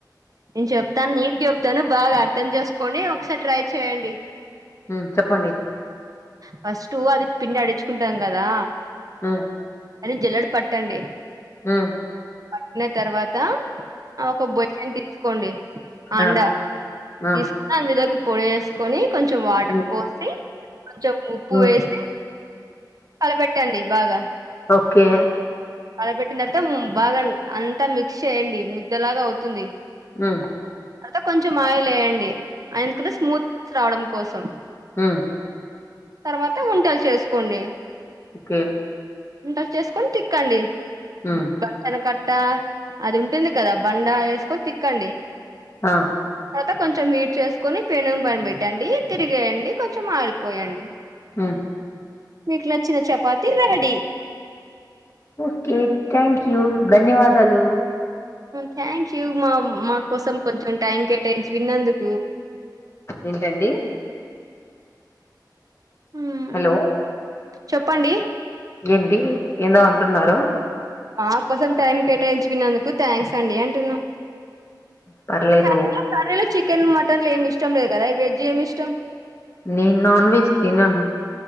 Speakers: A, on the right; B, on the left.
A: నేను చెప్తాను నీట్ చెప్తాను బాగా అర్థం చేసుకోండి ఒకసారి ట్రై చేయండి
B: హుమ్ చెప్పండి
A: ఫస్ట్ అది పిండి అడిచుకుంటాం కదా
B: ఆ
A: అది జల్లడు పట్టండి
B: ఉమ్
A: పట్న తర్వాతా ఆ ఒక బొచెని తీస్ కోండి ఆండా
B: ఆ ఆ
A: తీసుకు అందులోకి పొడేస్సుకొని కొంచెం వాటర్
B: మ్మ్
A: పోసి కొంచెం ఉప్పు
B: మ్మ్
A: వేసి కలపెట్టండి బాగా
B: ఓకే
A: కలపెట్టినతర్వత బాగా అంతా మిక్స్ చేయండి ముద్దలాగా అవుతుంది
B: మ్
A: తర్వత కొంచెం ఆయిలేయండి ఆయందుకులు స్మూత్ కావడం కోసం
B: ఆ
A: తర్వాత వంటలు చేసుకోండి
B: ఓకే
A: వుండల్ చేసుకొని తిక్కండి
B: మ్మ్
A: బచ్చల కట్ అట్టా అది ఉంటుంది కదా బండ ఏసుకొని తిక్కండి
B: ఆ
A: తర్వాత కొంచెం మీట్ చేసుకొని పెనుం పైన్ పెట్టండి తిరిగేయండి కొంచెం ఆయిల్పోయండి
B: ఆ
A: మీకు నచ్చిన chapati ready
B: okay thank you ధన్యవాదాలు
A: థ్యాంక్ యూ మా మా కోసం కొంచెం టైం కేటాయించి విన్నందుకు
B: ఏంటండి
A: మ్
B: హలో
A: చెప్పండి
B: ఏంటి ఏందో అంటున్నారు
A: మా కోసం టైం కేటాయించి విన్నందుకు థ్యాంక్స్ అండి అంటున్నా
B: పర్లేదు
A: కర్రీలో కర్రీలో చికెన్ మటన్లు ఏమి ఇష్టం లేదు కదా వెజ్ ఏమి ఇష్టం
B: నెన్ నాన్ వెజ్ తీననూ